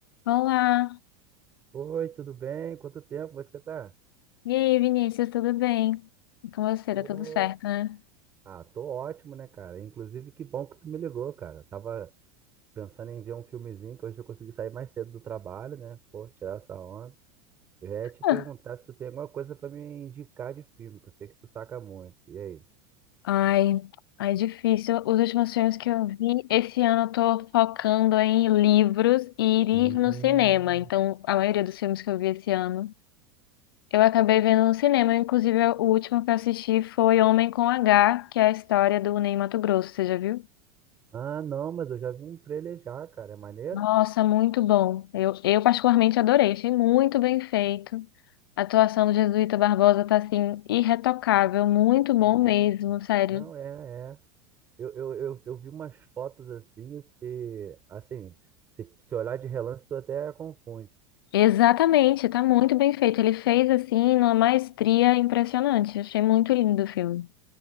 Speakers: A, on the left; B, on the right.
A: Olá!
B: Oi, tudo bem? Quanto tempo? Como é que você tá?
A: E aí, Vinícius, tudo bem? E Com você,
B: Pô,
A: tá tudo certo, né?
B: Ah, tô ótimo, né, cara? Inclusive, que bom que tu me ligou, cara. Tava pensando em ver um filmezinho, que hoje eu consegui sair mais cedo do trabalho, né? Pô, tirar essa onda. Eu ia te
A: Ah.
B: perguntar se tu tem alguma coisa pra me indicar de filme, que eu sei que tu saca muito. E aí?
A: Ai, ai, difícil. Os últimos filmes que eu vi esse ano eu tô focando em livros e
B: Hum.
A: ir no cinema. Então, a maioria dos filmes que eu vi esse ano, eu acabei vendo no cinema. Inclusive, o último que eu assisti foi Homem com H, que é a história do Ney Matogrosso, você já viu?
B: Ah, não, mas eu já vi um trailer já, cara. É maneiro?
A: Nossa, muito bom. Eu, eu particularmente adorei, achei muito bem feito. A atuação do Jesuíta Barbosa tá assim, irretocável, muito
B: Caraca.
A: bom mesmo, sério.
B: Não, é, é. Eu, eu, eu, eu vi umas fotos assim, e assim, se, se olhar de relance, tu até confunde.
A: Exatamente, tá muito bem feito. Ele fez assim, numa maestria impressionante. Achei muito lindo o filme.